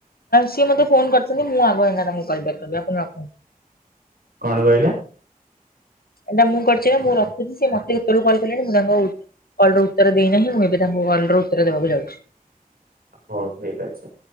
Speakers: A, on the left (about 80°); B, on the right (about 85°).
A: ସିଏ ମୋତେ ଫୋନ କରିଥିଲେ ମୁଁ ଆଗ ଏଇନା ତାଙ୍କୁ କଲ ବାକ୍ କରିବି ଆପଣ ରଖନ୍ତୁ।
B: କଣ କହିଲେ?
A: ଏଟା ମୁଁ କରିଚି ନା ମୁଁ ରଖୁଛି ସେ ମୋତେ ହେତେବେଳୁ କଲ୍ କଲେଣି ମୁଁ ତାଙ୍କୁ କଲ୍ ର ଉତ୍ତର ଦେଇନାହିଁ ମୁଁ ଏବେ ତାଙ୍କୁ କଲ୍ ର ଉତ୍ତର ଦେବାକୁ ଯାଉଛି।
B: ହଉ ଠିକ୍ ଅଛି।